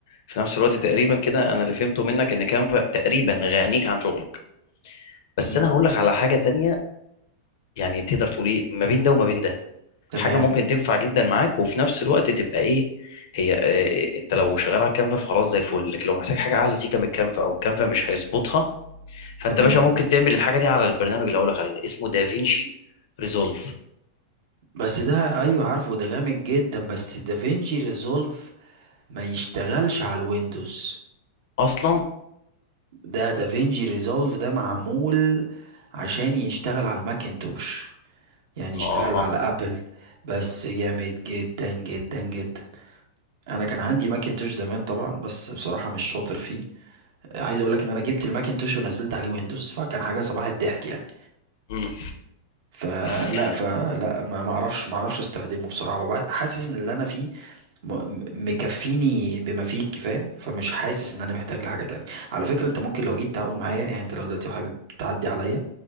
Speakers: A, on the left; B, on the right.
A: في نفس الوقت تقريبا كده أنا اللي فهمته منك إن كانفا تقريبا غنيك عن شغلك بس
B: مم.
A: أنا هقول لك على حاجة تانية يعني تقدر تقول إيه ما بين ده وما بين ده
B: تمام
A: حاجه ممكن تنفع جدا معاك وفي نفس الوقت تبقى ايه هي إيه انت لو شغال على الكانفا فخلاص زي الفل لكن لو محتاج حاجه اعلى سيكه من الكانفا او الكانفا مش هيظبطها فانت
B: تمام
A: يا باشا ممكن تعمل الحاجه دي على البرنامج اللي هقول لك عليه ده اسمه دافينشي ريزولف
B: بس ده ايوه عارفه ده جامد جدا بس دافينشي ريزولف ما يشتغلش على الويندوز
A: اصلا
B: ده دافينشي ريزولف ده معمول عشان يشتغل على الماكنتوش يعني
A: اه
B: اشتغل على ابل بس جامد جدا جدا جدا انا كان عندي ماكنتوش زمان طبعا بس بصراحة مش شاطر فيه عايز اقولك ان انا جبت الماكنتوش ونزلت عليه ويندوز فكان حاجة صباح الضحك يعني
A: مم.
B: فلا
A: <laughs>
B: فلا ما ما اعرفش ما اعرفش استخدمه بصراحة وبعد حاسس ان اللي انا فيه م- م- مكفيني بما فيه الكفاية فمش حاسس ان انا محتاج لحاجة تانية على فكرة انت ممكن لو جيت تقعد معايا يعني انت لو دلوقتي حابب تعدي عليا